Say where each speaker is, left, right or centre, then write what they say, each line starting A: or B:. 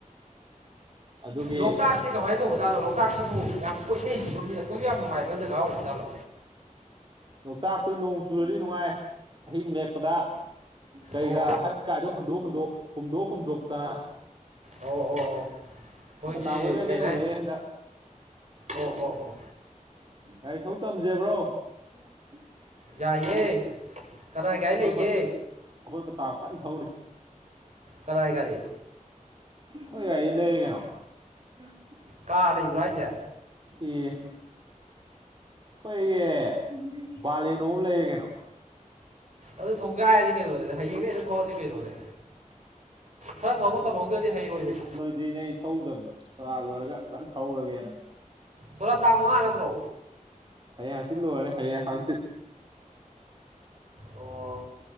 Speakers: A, on the right (about 35°); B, on the right (about 60°).
A: ꯑꯗꯨꯒꯤ
B: ꯂꯣꯛꯇꯥꯛꯁꯤ ꯀꯃꯥꯏꯅ ꯇꯧꯕꯖꯥꯠꯂꯣ ꯂꯣꯛꯥꯛꯁꯤꯕꯨ ꯌꯥꯝ ꯀꯣꯏꯅꯩ ꯁꯤꯕꯨꯃꯤꯅ ꯀꯣꯏꯕ ꯌꯥꯝ ꯅꯨꯡꯉꯥꯏꯕ ꯖꯒꯥ ꯑꯣꯏ ꯖꯥꯠꯂꯣ
A: ꯂꯣꯛꯇꯥꯛꯇ ꯅꯣꯡ ꯆꯨꯔꯗꯤ ꯅꯨꯡꯉꯥꯏ ꯑꯍꯤꯡ ꯂꯦꯛꯄꯗ ꯀꯩꯒ
B: ꯑꯣ
A: ꯍꯠ ꯀꯥꯏꯗꯣ ꯍꯨꯟꯗꯣꯛ ꯍꯨꯟꯗꯣꯛ ꯍꯨꯝꯗꯣꯛ ꯍꯨꯝꯗꯣꯛꯇꯅ꯫
B: ꯑꯣ ꯑꯣ ꯑꯣ ꯈꯣꯏꯁꯤ
A: ꯄꯇꯥꯕꯣꯏꯒ
B: ꯀꯩꯅꯥꯏ
A: ꯂꯦꯛꯎꯔꯦ ꯍꯟꯗꯛ
B: ꯑꯣ ꯑꯣ ꯑꯣ
A: ꯒꯥꯔꯤ ꯊꯧ ꯇꯝꯖꯦꯕ꯭ꯔꯣ꯫ <unintelligible>
B: ꯌꯥꯏꯌꯦ ꯀꯅꯥꯏ ꯒꯥꯏ
A: ꯑꯩꯈꯣꯏ
B: ꯂꯩꯒꯦ꯫
A: ꯑꯩꯈꯣꯏ ꯄꯇꯥꯥꯎ ꯀꯟꯅ ꯊꯧꯔꯤ꯫
B: ꯀꯗꯥꯥꯏ ꯒꯥꯔꯤ꯫
A: ꯈꯣꯏ ꯒꯥꯔꯤ ꯂꯩꯔꯦ ꯀꯩꯅꯣ꯫ <unintelligible>
B: ꯀꯥꯔ ꯂꯩꯕ꯭ꯔꯣꯍꯥꯏꯁꯦ꯫
A: ꯑꯦ꯫ ꯈꯣꯏꯒꯤ ꯕꯥꯂꯤꯅꯣ ꯑꯝ ꯂꯩꯔꯦ ꯀꯩꯅꯣ꯫
B: ꯑꯗꯨ ꯊꯣꯛ ꯒꯥꯏꯔꯁꯤ ꯀꯩꯅꯣꯗꯗꯤ ꯍꯌꯦꯡꯗꯩ ꯍꯦꯇ ꯊꯧꯑꯁꯤ ꯀꯩꯅꯣꯗꯦ ꯈꯔ ꯊꯧꯕ ꯇꯝꯍꯧꯗ꯭ꯔꯗꯤ ꯍꯩꯔꯣꯏꯅꯦ꯫
A: ꯁꯤ ꯅꯦ ꯑꯩ ꯊꯧꯗꯕꯅꯦ ꯁꯣꯔꯥꯠ ꯂꯣꯏꯔꯒ ꯐꯟ ꯊꯧꯔꯒꯦꯅꯥ꯫
B: ꯊꯣꯔꯥ ꯇꯥꯡ ꯃꯉꯥ ꯅꯠꯇ꯭ꯔꯣ꯫
A: ꯍꯌꯦꯡ ꯍꯥꯡꯆꯤꯠ ꯂꯣꯏꯔꯅꯤ ꯍꯌꯦꯡ ꯍꯥꯡꯆꯤꯠ꯫
B: ꯑꯣ